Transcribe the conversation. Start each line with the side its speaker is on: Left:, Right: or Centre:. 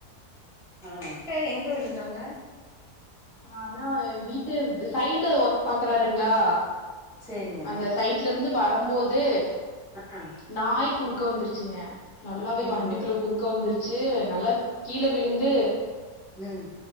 Centre: ஆ எப்ப எங்க விழுந்தாங்க
Left: ஆனா வீட்டு சைட்டு ஒர்க் பாக்குறாருங்களா
Centre: சேரிங்க
Left: அந்த சைட் டலருந்து வரும்போது
Centre: ஆ ஆ
Left: நாயீ குறுக்க வந்துருச்சுங்க நல்லாவே
Centre: அய்யய்யோ
Left: வண்டிக்குள குறுக்க வந்துருச்சு நல்லா கீழே விழுந்து
Centre: ம்